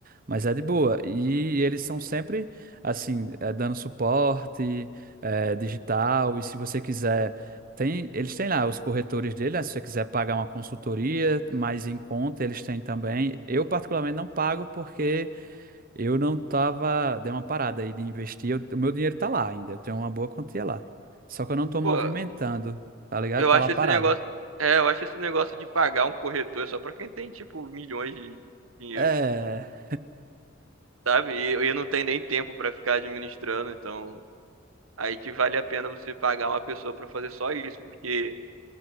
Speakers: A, on the right; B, on the right.
A: Mas é de boa. E eles são sempre, assim, eh, dando suporte, eh, digital. E se você quiser. Tem, eles têm lá os corretores dele, né? Se você quiser pagar uma consultoria, mais em conta, eles têm também. Eu, particularmente, não pago porque eu não tava. Dei uma parada aí de investir. eu- o meu dinheiro tá lá ainda. Eu tenho uma boa quantia lá. Só que eu não tô movimentando,
B: Pô,
A: tá ligado?
B: eu
A: Tá
B: acho
A: lá parado.
B: esse negócio, é, eu acho esse negócio de pagar um corretor só pra quem tem tipo milhões de dinheiros,
A: É.
B: sabe? E eu não tenho nem tempo pra ficar administrando, então aí que vale a pena você pagar uma pessoa pra fazer só isso, porque